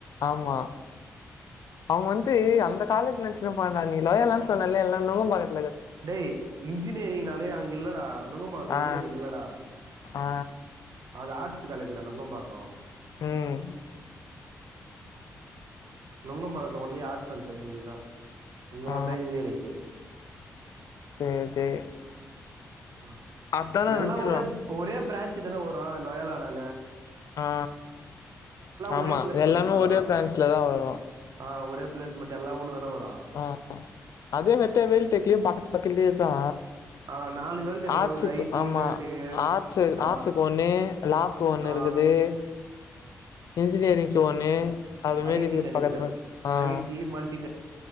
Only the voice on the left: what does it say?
ஆமா அவுங்க வந்து அந்த காலேஜ் நெனச்சுனு இருபாங்கடா நீ லயோலான் சொன்னல்ல எல்லாம் நுங்கபாக்கதுல
ஆ
ஆ
ம்
ஆ
சேரி சேரி
அதான
நெனச்சிருவா
ஆ ஆமா
எல்லாமே
ஒரே ப்ரான்ச்ல தா வரு
ஆ அதே வெட்ட வேல் டெக்லேயு பக்கத்து பக்கத்துலயே தா
ஆட்ஸுக்கு
ஆமா
ஆட்ஸு
ஆட்ஸுக்கு ஒன்னு லாக்கு ஒன்னு
இருக்குது இன்ஜினியரிங்க்கு ஒண்ணு அது மாரி
இருக்குது
பக்கத்து
பக்கத்து ஆ